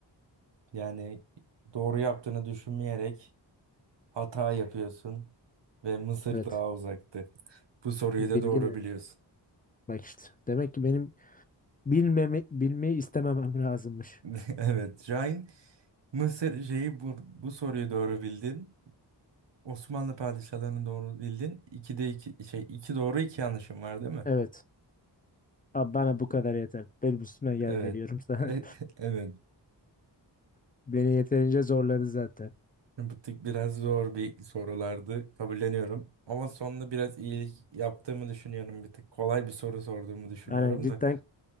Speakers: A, on the right; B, on the left.
A: yani doğru yaptığını düşünmeyerek hata yapıyorsun ve Mısır
B: Evet.
A: daha uzaktı. Bu soruyu
B: Bildin
A: da doğru
B: mi?
A: biliyorsun.
B: Bak işte. Demek ki benim Bilmemi, bilmeyi istememem lazımmış.
A: <laughs> Evet, Şahin, Mısır şeyi bu, bu soruyu doğru bildin. Osmanlı padişahlarını doğru bildin. İkide iki şey iki doğru iki yanlışım var değil mi?
B: Evet. Abi bana bu kadar yeter. Benim üstüme gelme
A: Evet.
B: diyorum sana.
A: E- <laughs> evet.
B: <laughs> Beni yeterince zorladı zaten.
A: Bu tık biraz zor bir sorulardı kabulleniyorum. Ama sonunda biraz iyilik yaptığımı düşünüyorum. Bir tık kolay bir soru sorduğumu düşünüyorum
B: Aynen cidden
A: da.